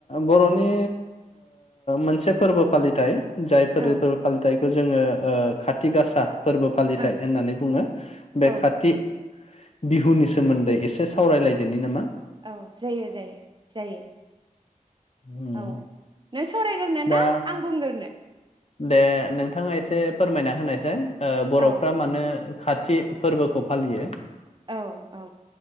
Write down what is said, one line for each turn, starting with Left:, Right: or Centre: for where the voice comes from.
Left: बर'नि मोनसे ओ फोरबो फालिथाय जायफोर
Right: औ
Left: फोरबो फालिथायखौ जोङो ओ खाथि गासा फोरबो फालिथाय
Right: ओं
Left: होननानै बुङो बे
Right: औ
Left: खाथि बिहुनि सोमोन्दै एसे सावरायलायदोनि नामा।
Right: औ जायो जायो जायो
Left: उम
Right: औ नों सावरायग्रोनो ना
Left: दा
Right: आं बुंग्रोनो?
Left: दे नोंथाङा एसे फोरमायना होनायसै। ओ बर'फ्रा
Right: औ
Left: मानो खाथ थि फोरबोखौ फालियो?
Right: औ औ